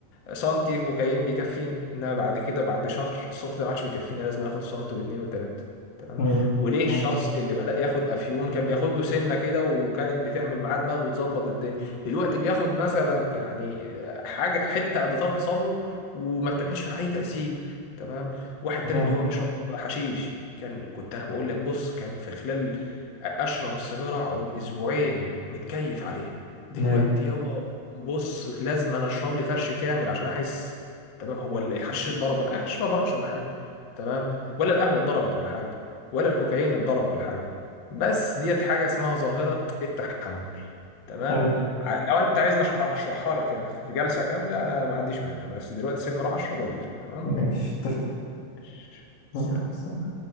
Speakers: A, on the left; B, on the left.
A: سنتي كوكايين بيكفيني انما بعد كده بعد شهر السنت ده ما عادش بيكفيني لازم اخد سنت واثنين وثلاثه تمام
B: مم.
A: وليه الشخص
B: تمام
A: اللي بدأ ياخد افيون كان بياخد له سنه كده وكانت بتعمل معاه دماغ وتظبط الدنيا دلوقتي بياخد مثلا يعني حاجه حته قد طرف صبعه وما بتعملش معاه اي تأثير تمام واحد
B: تمام.
A: تاني اللي هو بيشرب حشيش كان كنت انا بقول لك بص كان في خلال اشرب السيجاره اقعد اسبوعين متكيف عليها دلوقتي
B: أيوة
A: يابا بص لازم انا اشرب لي فرش كامل عشان احس تمام هو الحشيش اتضرب ولا الحشيش ما ضربش ولا حاجه تمام ولا القهوه اتضربت ولا حاجه ولا الكوكايين اتضرب ولا حاجه بس ديت حاجه اسمها ظاهره التحمل تمام
B: حلو
A: ع- لو انت عايزني أشرح- اشرحها لك يعني في جلسه كامله انا ما عنديش مانع بس دلوقتي سيبني اروح اشرب واجيلك تمام
B: ماشي
A: ماشي. سلام.
B: اتفقنا